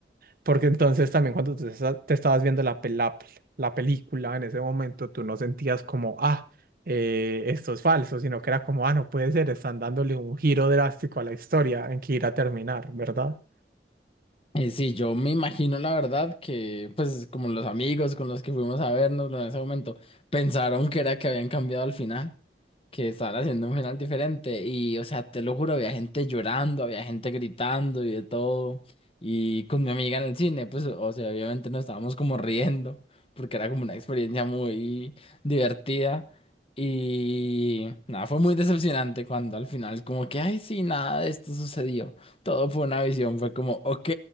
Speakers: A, on the right (about 50°); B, on the left (about 30°).
A: Porque entonces también cuando tú esta- te estabas viendo la, pe- la, pe- la película en ese momento, tú no sentías como, ah, eh, esto es falso, sino que era como, ah, no puede ser, están dándole un giro drástico a la historia en que irá a terminar, ¿verdad?
B: Y sí, yo me imagino la verdad que, pues, como los amigos con los que fuimos a vernos en ese momento, pensaron que era que habían cambiado al final que estaban haciendo un final diferente. Y, o sea, te lo juro, había gente llorando, había gente gritando y de todo. Y con mi amiga en el cine, pues, o sea, obviamente nos estábamos como riendo, porque era como una experiencia muy divertida. Y nada, fue muy decepcionante cuando al final como que, ay, sí, nada de esto sucedió. Todo fue una visión, fue como, ok,